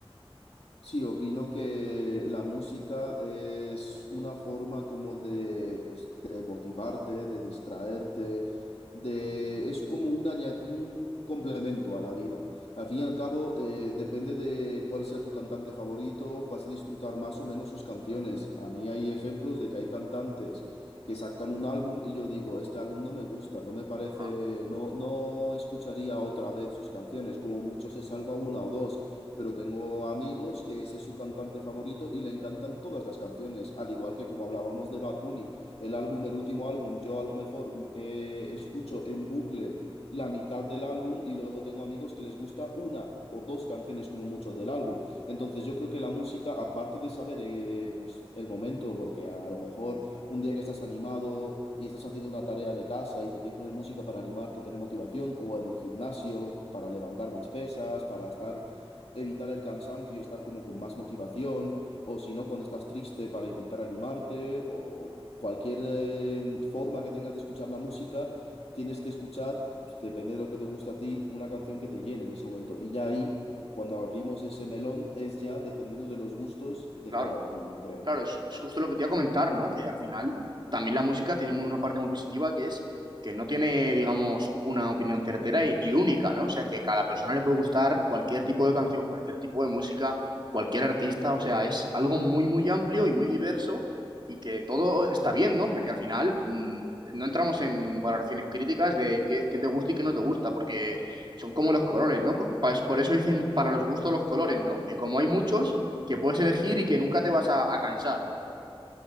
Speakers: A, on the left; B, on the right.
A: Sí, opino que la música es una forma como de, pues, de motivarte, de distraerte, de, es como un, aña- un complemento a la vida. Al fin y al cabo, eh, depende de cuál sea tu cantante favorito, vas a disfrutar más o menos sus canciones. A mí hay ejemplos de que hay cantantes que sacan un álbum y yo digo, este álbum no me gusta, no me parece,
B: Ajá,
A: no, no escucharía otra vez sus canciones, como mucho se salva una o dos pero tengo amigos que ese es su cantante favorito y le encantan todas las canciones, al igual que como hablábamos de Bad Bunny, el álbum, el último álbum, yo a lo mejor eh, escucho en bucle la mitad del álbum y luego tengo amigos que les gusta una o dos canciones como mucho del álbum. Entonces yo creo que la música, aparte de saber eh, pues el momento, porque a lo mejor un día que estás animado y estás haciendo una tarea de casa y te quieres poner música para animarte, tener motivación, o en el gimnasio para levantar más pesas, para estar evitar el cansancio y estar como con más motivación, o si no, cuando estás triste para intentar animarte, o cualquier eh, forma que tengas de escuchar la música, tienes que escuchar, pues, depende de lo que te gusta a ti, una canción que te llene en ese momento. Y ya ahí, cuando abrimos ese melón, es ya dependiendo de los gustos de
B: claro.
A: cada uno, yo creo.
B: Claro, es, es justo lo que te iba a comentar, ¿no? Que al final también la música tiene muy- una parte muy positiva que es que no tiene, digamos, una opinión certera y, y única, ¿no? O sea, que a cada persona le puede gustar cualquier tipo de canción, cualquier tipo de música, cualquier artista, o sea, es algo muy, muy amplio y muy diverso y que todo está bien, ¿no? Porque al final mm, no entramos en valoraciones críticas de qué, qué te gusta y qué no te gusta, porque son como los colores, ¿no? Co- pa- es Por eso dicen para los gustos los colores, ¿no? Que como hay muchos que puedes elegir y que nunca te vas a, a cansar, ¿no?